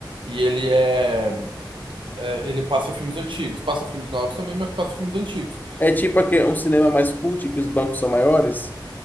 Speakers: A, on the right; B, on the left.
A: E ele é, é, ele passa filmes antigos, passa filmes novos também, mas passa filmes antigos.
B: É tipo
A: E-
B: aqui, um cinema mais cult, que os bancos são maiores.